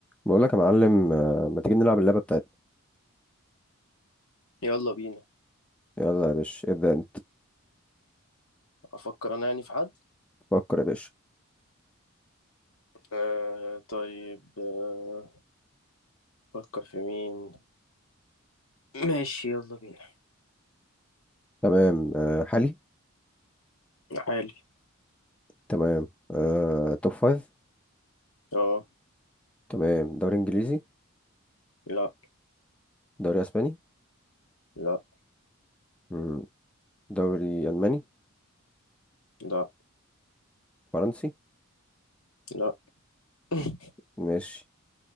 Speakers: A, in the centre; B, on the left (about 75°).
A: بقول لك يا معلم آه، ما تيجي نلعب اللعبة بتاعتنا
B: يلا بينا
A: يلا يا باشا ابدأ انت
B: افكر انا يعني في حد
A: فكر يا باشا
B: آه طيب آه افكر في مين ماشي يلا بينا
A: تمام آه، حالي
B: حالي
A: تمام آه، توب فايف
B: اه
A: تمام دوري انجليزي
B: لا
A: دوري اسباني
B: لا
A: مم. دوري الماني
B: لا
A: فرنسي
B: لا <laughs>
A: ماشي